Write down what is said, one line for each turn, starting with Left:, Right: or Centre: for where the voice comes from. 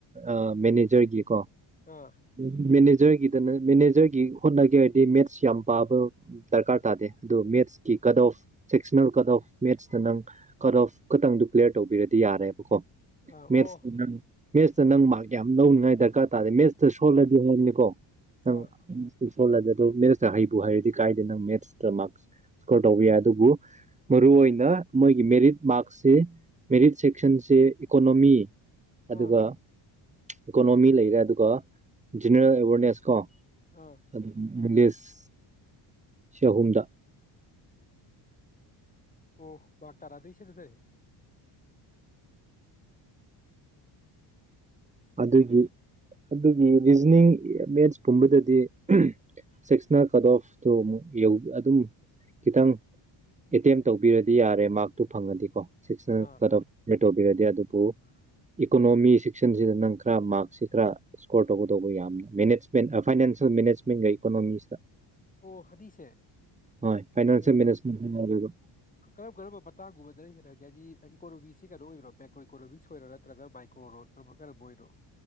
Right: ꯑ ꯃꯦꯅꯦꯖꯔꯒꯤꯀꯣ
Left: ꯑꯥ
Right: ꯎꯝ ꯃꯦꯅꯦꯁ ꯖꯔꯒꯤꯗ ꯃꯦꯅꯦꯖꯔꯒꯤ ꯍꯣꯠꯅꯒꯦ ꯍꯥꯏꯔꯗꯤ ꯃꯦꯠꯁ ꯌꯥꯝ ꯄꯥꯕ ꯗꯔꯀꯥꯔ ꯇꯥꯗꯦ ꯑꯗꯣ ꯃꯦꯠꯁꯀꯤ cut of sectional cut of ꯃꯦꯠꯁꯇ ꯅꯪ ꯀꯠ ꯑꯣꯐ ꯈꯇꯪꯗꯨ ꯀ꯭ꯂꯤꯌꯥꯔ ꯇꯧꯕꯤꯔꯗꯤ ꯌꯥꯔꯦꯕꯀꯣ
Left: ꯑꯥ
Right: ꯃꯦꯠꯁꯇ
Left: ꯑꯣ
Right: ꯅꯪ ꯃꯦꯠꯁꯇ ꯅꯪ ꯃꯥꯔꯛ ꯌꯥꯝꯅ ꯂꯧꯅꯉꯥꯏ ꯗꯔꯀꯥꯔ ꯇꯥꯗꯦ ꯃꯦꯠꯁꯇ ꯁꯣꯜꯂꯗꯤ ꯅꯪꯅꯦꯀꯣ ꯅꯪ
Left: ꯑꯥ
Right: ꯁꯣꯜꯂꯗ ꯑ ꯑꯗꯣ ꯃꯦꯠꯁꯇ ꯍꯩꯕꯨ ꯍꯥꯏꯔꯗꯤ ꯀꯥꯏꯗꯦ ꯅꯪ ꯃꯦꯠꯁꯇ ꯃꯥꯔꯛꯁ ꯏꯁꯀꯣꯔ ꯇꯧꯕ ꯌꯥꯏ ꯑꯗꯨꯕꯨ ꯃꯔꯨꯑꯣꯏ ꯑꯣꯏꯅ ꯃꯣꯏꯒꯤ ꯃꯦꯔꯤꯠ ꯃꯥꯔꯛꯁꯤ ꯃꯦꯔꯤꯠ ꯁꯦꯛꯁꯟꯁꯦ ꯏꯀꯣꯅꯣꯃꯤ ꯑꯗꯨꯒ
Left: ꯑꯥ
Right: ꯏꯀꯣꯅꯣꯃꯤ ꯂꯩꯔꯦ ꯑꯗꯨꯒ ꯖꯦꯅꯔꯦꯜ ꯑꯦꯋꯥꯔꯅꯦꯁ ꯀꯣ
Left: ꯑꯥ
Right: ꯑꯗꯨ ꯃꯤꯂꯦꯁ ꯆꯍꯨꯝꯗ
Left: ꯑꯣ ꯃꯥꯔꯛ ꯇꯔꯥꯗꯩ ꯁꯤꯗꯗꯩ
Right: ꯑꯗꯨꯒꯤ ꯑꯗꯨꯒꯤ ꯔꯤꯖꯅꯤꯡ ꯃꯦꯠꯁ ꯀꯨꯝꯕꯗꯗꯤ ꯑꯝ ꯁꯦꯛꯁꯅꯦꯜ ꯀꯠ ꯑꯣꯐꯇꯣ ꯑꯃꯨꯛ ꯌꯧ ꯑꯗꯨꯝ ꯈꯤꯇꯪ ꯑꯦꯇꯦꯝ ꯇꯧꯕꯤꯔꯗꯤ ꯌꯥꯔꯦ ꯃꯥꯔꯛꯇꯨ ꯐꯪꯉꯗꯤꯀꯣ ꯁꯦꯛꯁꯟ
Left: ꯑꯥ
Right: ꯀꯠ ꯑꯣꯐ ꯇꯧꯕꯤꯔꯗꯤ ꯑꯗꯨꯕꯨ ꯏꯀꯣꯅꯣꯃꯤꯁ ꯁꯤꯗ ꯅꯪ ꯈꯔ ꯃꯥꯔꯛꯁꯤ ꯈꯔ ꯏꯁꯀꯣꯔ ꯇꯧꯒꯗꯧꯕ ꯌꯥꯝꯅ ꯃꯦꯅꯦꯖꯃꯦꯟ ꯑ ꯐꯥꯏꯅꯥꯟꯁꯤꯌꯦꯜ ꯃꯦꯅꯦꯖꯃꯦꯟꯒ ꯏꯀꯣꯅꯣꯃꯤꯁꯤꯗ
Left: ꯑꯣ ꯍꯗꯤꯁꯦ ꯑꯟꯏꯟꯇꯦꯜꯂꯤꯖꯦꯕꯜ
Right: ꯍꯣꯏ ꯐꯥꯏꯅꯥꯟꯁꯤꯌꯦꯜ ꯃꯦꯅꯦꯖꯃꯦꯟ ꯍꯥꯏꯔꯒ
Left: ꯀꯔꯝ ꯀꯔꯝꯕ ꯃꯇꯥꯡꯒꯨꯝꯕꯗꯅ ꯍꯦꯟꯅꯒꯦ ꯍꯥꯏꯗꯤ ꯍꯥꯏꯗꯤ ꯏꯀꯣꯅꯣꯃꯤꯁꯁꯤ ꯀꯩꯅꯣ ꯑꯣꯏꯔꯣ ꯕꯦꯀ꯭ꯔꯣ ꯏꯀꯣꯅꯣꯃꯤꯛꯁ ꯑꯣꯏꯔꯣ ꯅꯠꯇ꯭ꯔꯒ ꯃꯥꯏꯀ꯭ꯔꯣ ꯔꯣꯠ ꯀꯔ ꯀꯔꯝꯕ ꯑꯣꯏꯅꯣ